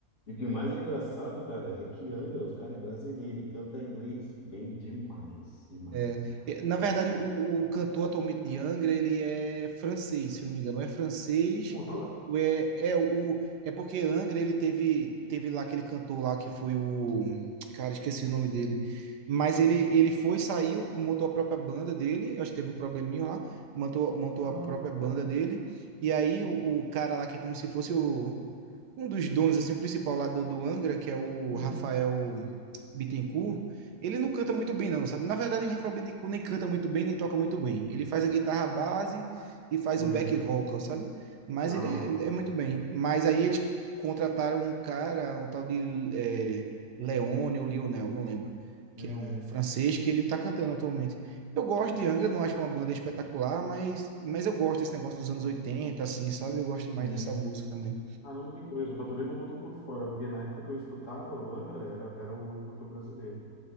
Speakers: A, on the left (about 50°); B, on the right (about 85°).
A: E o que mais é engraçado, cara, é que Angra, os caras é brasileiro e canta inglês bem demais, demais,
B: É,
A: cara,
B: é, na
A: demais.
B: verdade, o, o cantor atualmente de Angra, ele é francês, se eu não me engano. Ou é francês,
A: Mudou?
B: ou é, é, o, é porque Angra, ele teve, teve lá aquele cantor lá que foi o... Cara, esqueci o nome dele. Mas
A: Hum.
B: ele, ele foi, saiu, montou a própria banda dele. Eu acho que teve um probleminha lá. Montou, montou
A: Ai,
B: a própria
A: caramba.
B: banda dele. E aí o, o cara lá, que é como se fosse o, um dos donos, assim, o principal lá do, do Angra, que é o
A: Hum.
B: Rafael... Bittencourt, ele não canta muito bem, não, sabe? Na verdade, o Rafael Bittencourt nem canta muito bem, nem toca muito bem. Ele faz a guitarra base e faz
A: Uhum.
B: um back vocal, sabe? Mas
A: Ah.
B: ele é muito bem. Mas aí eles contrataram um cara, um tal de é, Leone ou Lionel, não lembro,
A: Uhum.
B: que é um francês que ele tá cantando atualmente. Eu gosto de Angra, não acho uma banda espetacular, mas, mas eu gosto desse negócio dos anos 80, assim, sabe? Eu gosto mais
A: Uhum.
B: dessa música também.
A: Caramba, que coisa, pra tu ver como eu tô por fora, porque na época que eu escutava o Angra era, era o cantor brasileiro.